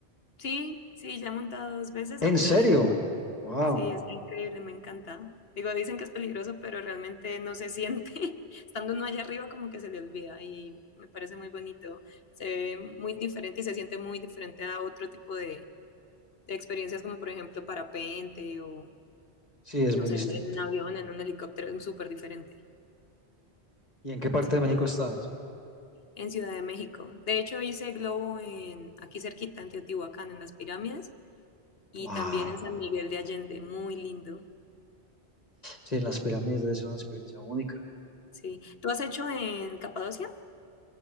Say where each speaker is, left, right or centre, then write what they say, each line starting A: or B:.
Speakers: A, on the left; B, on the left.
A: Sí, sí, ya he montado dos veces aquí
B: ¿En serio?
A: en México.
B: Wow.
A: Sí, está increíble, me encanta. Digo, dicen que es peligroso, pero realmente no se siente. <laughs> Estando uno allá arriba, como que se le olvida y me parece muy bonito. Se ve muy diferente y se siente muy diferente a otro tipo de, de experiencias, como por ejemplo parapente o,
B: Sí, es
A: no
B: muy
A: sé,
B: distinto.
A: en un avión, en un helicóptero, es súper diferente.
B: ¿Y en qué parte
A: Sí,
B: de México estás?
A: en Ciudad de México. De hecho, hice globo en, aquí cerquita, en Teotihuacán, en las pirámides, y
B: Wow.
A: también en San Miguel de Allende, muy lindo.
B: Sí, en las pirámides debe ser una experiencia única.
A: Sí. ¿Tú has hecho en Capadocia?